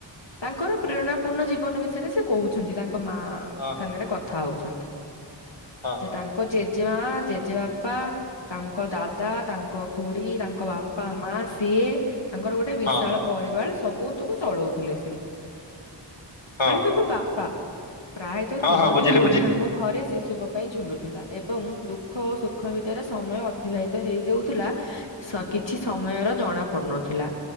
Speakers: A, on the left (about 70°); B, on the left (about 85°).
A: ତାଙ୍କର ପ୍ରେରଣା ପୂର୍ଣ୍ଣ ଜୀବନ ବିଷୟରେ ସେ କହୁଛନ୍ତି ତାଙ୍କ ମା
B: ହଁ
A: ସାଙ୍ଗରେ
B: ହଁ
A: କ କଥା ହଉଛନ୍ତି।
B: ହଁ
A: ଯେ ତାଙ୍କ ଜେଜେମା ଜେଜେବାପା ତାଙ୍କ ଦାଦା ତାଙ୍କ ଘୁଡି ତାଙ୍କ ବାପା ମା ସା ସିଏ ତାଙ୍କର ଗୋଟେ ବିଶାଳ
B: ହଁ
A: ପରିବାର ସବୁ ତାକୁ ଚଳଉଥିଲେ ସେ।
B: ହଁ
A: ମାନେ ତାଙ୍କ ବାପା ପ୍ରାୟତଃ
B: ହଁ
A: ତିନୋଟି
B: ହଁ ବୁଝିଲି
A: ଦୋଳି
B: ବୁଝିଲି
A: ଆମ ଘରେ ଶିଶୁଙ୍କ ପାଇଁ ଝୁଲୁଥିଲା ଏବଂ ଦୁଃ ଦୁଃଖ ଓ ସୁଖ ଭିତରେ ସମୟ ଅତିବାହିତ ହେଇଯାଉଥିଲା। କିଛି ସମୟର ଜଣା ପଡୁନଥିଲା